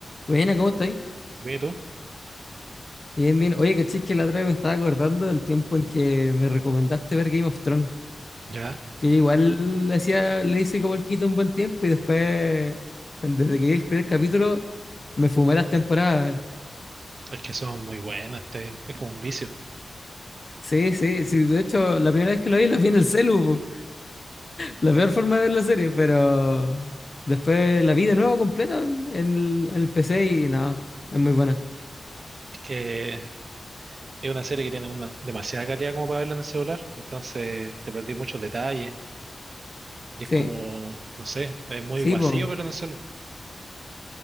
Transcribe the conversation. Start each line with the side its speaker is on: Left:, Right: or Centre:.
Left: Buena, ¿cómo estáis?
Right: Ve tú,
Left: Bien, bien. Oye, caché que la otra vez me estaba acordando del tiempo en que me recomendaste ver Game of Thrones,
Right: ya.
Left: que igual le hacía, le hice como el quito un buen tiempo y después, cuando- desde que vi el primer capítulo, me fumé las temporadas.
Right: Es que son muy buenas, te- es como un vicio.
Left: Sí, sí, sí. De hecho, la primera vez que lo vi, lo vi en el celu, po. La peor forma de ver la serie, pero después la vi de nuevo completa en en el, en el PC y nada, es muy buena.
Right: Es que es una serie que tiene una demasiada calidad como para verla en el celular, entonces te perdí muchos detalles y
Left: Sí,
Right: es como, no sé, es muy
Left: sí,
Right: vacío,
Left: po.
Right: pero en el celular.